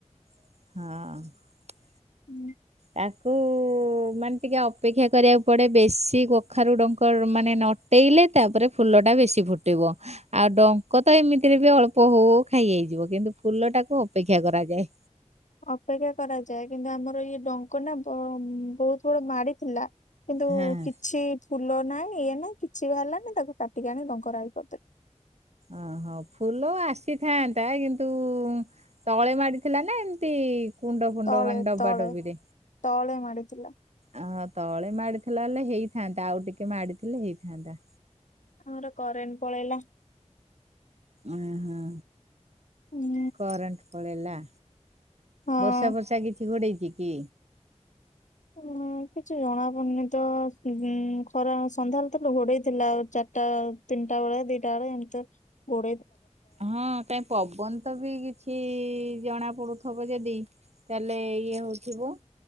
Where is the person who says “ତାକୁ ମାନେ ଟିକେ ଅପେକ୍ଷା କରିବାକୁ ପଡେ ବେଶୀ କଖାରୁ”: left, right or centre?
Right